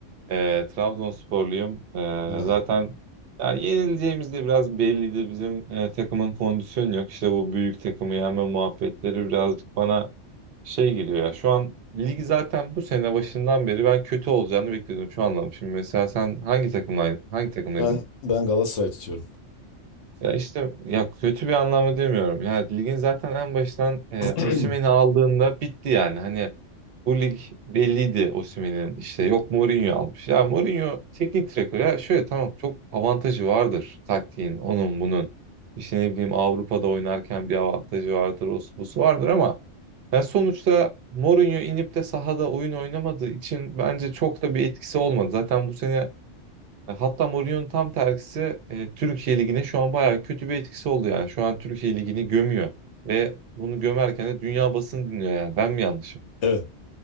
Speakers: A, on the right; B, on the left.
A: e, Trabzonsporluyum. E,
B: Ha.
A: zaten ya yenileceğimiz de biraz belliydi. Bizim e, takımın kondisyonu yok. İşte bu büyük takımı yenme muhabbetleri birazcık bana şey geliyor ya. Şu an lig zaten bu sene başından beri ben kötü olacağını bekliyordum. Şu anladım. Şimdi mesela sen hangi takımla hangi takımdaydın?
B: Ben ben Galatasaray tutuyorum.
A: Ya işte ya kötü bir anlamda demiyorum. Ya ligin zaten en baştan e,
B: <clears throat>
A: Osimhen'i aldığında bitti yani. Hani bu lig belliydi Osimhen'in işte yok Mourinho almış. Ya Mourinho teknik direktör ya şöyle tamam çok avantajı vardır taktiğin onun bunun. İşte ne bileyim Avrupa'da oynarken bir avantajı vardır o busu vardır ama ben sonuçta Mourinho inip de sahada oyun oynamadığı için bence çok da bir etkisi olmadı. Zaten bu sene e, Hatta Mourinho'nun tam tersi e, Türkiye Ligi'ne şu an bayağı kötü bir etkisi oldu yani. Şu an Türkiye Ligi'ni gömüyor ve bunu gömerken de dünya basını dinliyor yani. Ben mi yanlışım?
B: Evet.